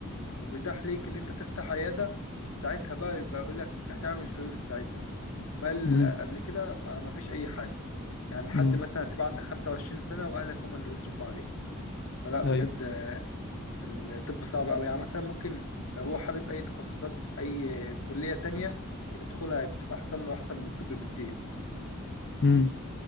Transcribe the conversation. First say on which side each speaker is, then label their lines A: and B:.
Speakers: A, on the left; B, on the left.
A: وبيتاح ليك اللي انت تفتح عيادة ساعتها بقى يبقى يقول لك هتعمل فلوس ساعتها امال
B: امم
A: قبل كده ما ما فيش اي حاجة يعني لحد
B: امم
A: مثلا تبقى عندك 25 سنة وأهلك هم اللي بيصرفوا عليك فلا بجد
B: ايوه
A: الطب صعب أوي يعني مثلا ممكن لو هو حابب أي تخصصات أي كلية تانية يدخلها بتبقى أحسن له أحسن من الطب بكتير
B: امم